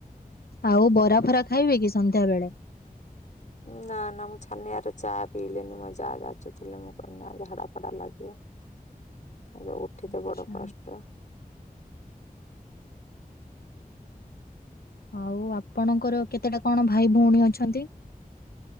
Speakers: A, on the left; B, on the left.
A: ଆଉ ବରା ଫରା ଖାଇବେ କି ସନ୍ଧ୍ୟା ବେଳେ।
B: ନା ନା ମୁଁ ଛାନିଆରେ ଚା ପିଇଲିନି ମୋ ଯା ଯାଚୁଥିଲା ମୁଁ କହିନି ଝାଡା ଫାଡା ଲାଗିବ। ମତେ ଉଠିତେ
A: ଆଚ୍ଛା।
B: ବଡ କଷ୍ଟ।
A: ଆଉ ଆପଣଙ୍କର କେତେଟା କଣ ଭାଇ ଭଉଣୀ ଅଛନ୍ତି?